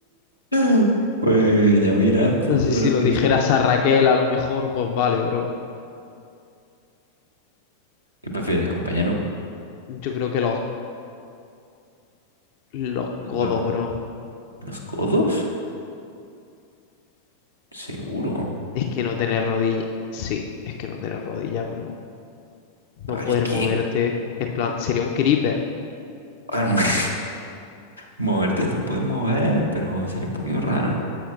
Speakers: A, on the left (about 85°); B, on the left (about 50°).
A: <laughs> Pues ya mira tú
B: Entonces,
A: lo
B: si lo
A: que
B: dijeras
A: decir.
B: a Raquel, a lo mejor, pues vale, bro.
A: ¿Qué prefieres, compañero?
B: Yo creo que los Los codos,
A: ¿Lo-
B: bro.
A: ¿Los codos? Seguro.
B: Es que no tener rodillas. Sí, es que no tener rodillas, bro. No
A: A
B: poder
A: ver, es que
B: moverte. En plan, sería un creeper.
A: a ver, <laughs> moverte te puedes mover, pero sería un poquito raro.